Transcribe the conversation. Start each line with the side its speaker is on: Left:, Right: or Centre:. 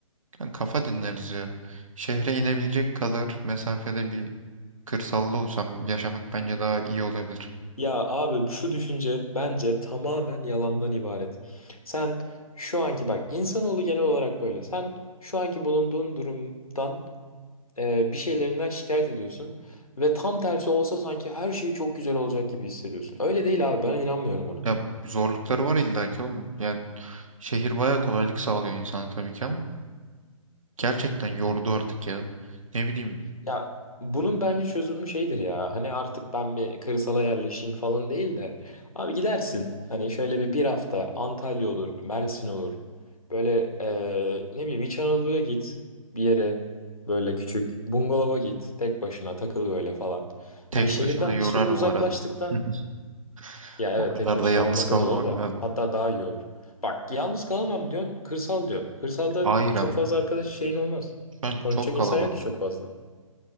Right: Yani kafa dinleriz ya. Şehre inebilecek kadar mesafede bir kırsalda olsam yaşamak bence daha iyi olabilir.
Left: Ya abi şu düşünce bence tamamen yalandan ibaret. Sen şu anki bak insanoğlu genel olarak böyle. Sen şu anki bulunduğun durumdan e, bir şeylerinden şikayet ediyorsun ve tam tersi olsa sanki her şey çok güzel olacak gibi hissediyorsun. Öyle değil abi ben inanmıyorum ona.
Right: Ya zorlukları var illaki oğlum. Yani şehir bayağı kolaylık sağlıyor insana tabii ki ama gerçekten yordu artık ya. Ne bileyim
Left: Ya bunun bence çözümü şeydir ya hani artık ben bir kırsala yerleşeyim falan değil de abi gidersin hani şöyle bir bir hafta Antalya olur Mersin olur böyle e, ne bileyim İç Anadolu'ya git bir yere böyle küçük bungalova git tek başına takıl böyle falan.
Right: tek
Left: Hani şehirden
Right: başına yorar
Left: bir süre uzaklaştıktan
Right: bu arada. <laughs>
Left: Ya
Right: O
Left: evet
Right: kadar
Left: tek başına
Right: da yalnız
Left: olmasa
Right: kalmamak
Left: da olur da
Right: lazım.
Left: hatta daha iyi olur. Bak yalnız kalamam diyorsun kırsal diyorsun. Kırsalda
Right: Hayır ama
Left: çok fazla arkadaş şeyin olmaz.
Right: şu an
Left: Konuşacak
Right: çok kalabalık.
Left: insan yok ki çok fazla.